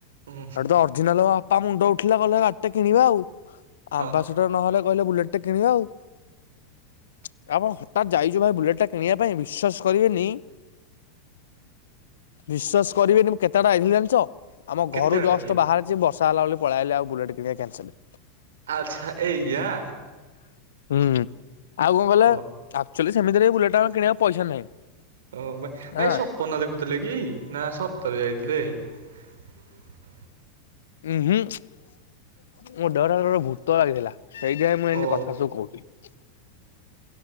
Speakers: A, on the right; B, on the left.
A: ହୁଁ
B: ତ ଅର୍ଜିନାଲ ମୋ ବାପା ମୁଣ୍ଡ ଉଠିଲା ଗଲେ କିଣିବା ଆଉ
A: ହୁଁ
B: ଆମ୍ବାସଟର ନହେଲେ କହିଲେ ବୁଲେଟ ଟେ କିଣିବା ଆଉ। <unintelligible> ହଠାତ ଯାଇଛୁ ଭାଇ ବୁଲେଟ ଟା କିଣିବା ପାଇଁ ବିଶ୍ବାାସ କରିବେନି ବିଶ୍ୱାସ କରିବେନି ମୁଁ କେତେବାଟ ଆଇଥିଲି ଜାଣିଛ? ଆମ
A: କେତେ
B: ଘରୁ
A: ବାଟ
B: ଜଷ୍ଟ
A: ଯେ
B: ବାହାରିଛି ବର୍ଷା ହେଲା ବୋଲି ପଳେଇଆଇଲି ଆଉ ବୁଲେଟ କିଣିବା କ୍ୟାନସେଲ।
A: ଆଚ୍ଛା ଏଇଆ।
B: ହୁଁ ଆଉ କଣ କଲେ
A: ଓ
B: ଆକ୍ଚୁଆଲି ସେମିତିରେ ବୁଲେଟା ଆମେ କିଣିବାକୁ ପଇସା ନାହିଁ।
A: ଓ ଭାଇ ଭାଇ
B: ହଁ
A: ସପନ ଦେଖୁଥିଲେ କି ନା ସତରେ ଯାଇଥିଲେ। ଥିଲେ।
B: ଉଁ ହୁଁ ମୋ <unintelligible> ଗୋଟେ ଭୂତ ଆଇଥିଲା। ସେଇଥିାଇଁ ମୁଁ ଏମିତି
A: ଓ
B: କଥା ସବୁ କହୁଥିଲି।